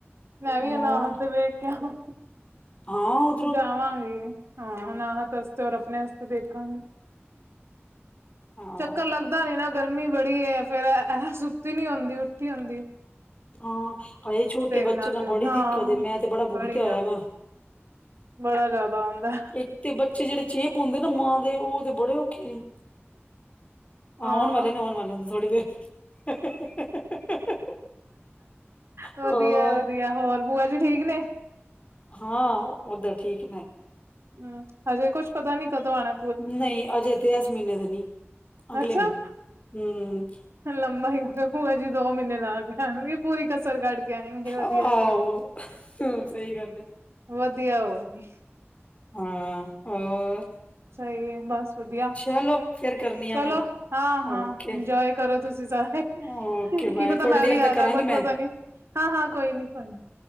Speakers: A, on the right; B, on the left.
A: ਮੈਂ
B: ਹੋਰ
A: ਵੀ ਅਨਾਹਦ ਦੇ ਵੇਖ ਕੇ ਆਵਾਂ।
B: ਹਾਂ ਉਹ-
A: ਜਾਵਾਂਗੀ। ਹਾਂ ਅਨਾਹਦ ਆਸਤੇ ਤੇ ਔਰ ਆਪਣੇ ਆਸਤੇ ਦੇਖਾਂਗੇ
B: ਹਾਂ
A: ਚੱਕਰ ਲੱਗ ਦਾਂ ਨੀ ਨਾ ਗਰਮੀ ਬੜੀ ਏ ਫੇਰ ਇਹ ਸੁੱਤੀ ਨੀ ਹੁੰਦੀ ਉੱਠੀ ਹੁੰਂਦੀ।
B: ਹਾਂ ਆਏ ਛੋਟੇ ਬੱਚੇ
A: ਨਾਲੇ
B: ਨਾਲ ਬੜੀ
A: ਹਾਂ
B: ਦਿੱਕਤ ਏ ਮੈਂ ਤੇ ਬੜਾ ਭੁਗਤਿਆ
A: ਬੜੀ ਜ਼ਿਆਦਾ
B: ਹੋਇਆ ਨਾ।
A: ਬੜਾ ਜ਼ਿਆਦਾ ਆਉਂਦਾ
B: ਇੱਕ ਤੇ ਬੱਚੇ ਜਿਹੜੇ ਚੇਪ ਹੁੰਦੇ ਨਾ ਮਾਂ ਦੇ ਉਹ ਬੁੜੇ ਔਖੇ ਨੇ ਆ
A: ਹਾਂ
B: ਆਉਣ ਵਾਲੇ ਨੇ ਆਉਣ ਵਾਲੇ ਹੁੰ ਥੋੜੀ ਦੇਰ <unintelligible>
A: ਵਧੀਆ-ਵਧੀਆ
B: ਹੋਰ
A: ਹੋਰ ਪੂਆ ਜੀ ਠੀਕ ਨੇ।
B: ਹਾਂ ਉਧਕ ਠੀਕ ਨੇ।
A: ਹੂੰ ਹੱਜੇ ਕੁੱਛ ਪਤਾ ਨੀ ਕਦੋਂ ਆਣਾ?
B: ਨਹੀਂ ਅਜੇ ਤੇ ਇਸ ਮਹੀਨੇ ਤੇ ਨਹੀਂ ਅਗਲੇ
A: ਅੱਛਾ
B: ਮਹੀਨੇ ਹੂੰ।
A: ਲੰਬਾ ਹੀ ਹੋ ਪੂਆ ਜੀ ਦੋ ਮਹੀਨੇ ਲਾ ਕੇ ਆਣਗੇ ਪੂਰੀ ਕਸਰ ਕੱਢ ਕੇ। ਆਏਂਗੇ ਵਧੀਆ
B: ਆਹੋ
A: ਚਲੋ
B: ਸਹੀ ਗੱਲ ਏਂ-
A: ਵਧੀਆ ਹੋਰ ਕੀ।
B: ਹੂੰ ਹੋਰ?
A: ਸਹੀ ਏ ਬਸ ਵਧੀਆ
B: ਚਲੋ ਫੇਰ ਕਰਨੀ
A: ਚਲੋ
B: ਆ ਮੈਂ
A: ਹਾਂ-ਹਾਂ
B: ਓਕੇ
A: ਇੰਜੋਏ ਕਰੋ ਤੁਸੀਂ ਸਾਰੇ।
B: ਓਕੇ ਬਾਏ
A: ਕੀ ਪਤਾ
B: ਥੋੜੀ
A: ਮੈਂ
B: ਦੇਰ
A: ਵੀ ਆ
B: ਤੱਕ ਕਰਾਂਗੀ
A: ਜਾ ਕੁੱਛ
B: ਮੈਂ
A: ਪਤਾ ਨੀ ਹਾਂ-ਹਾਂ ਕੋਈ ਨੀ-ਕੋਈ ਨੀ।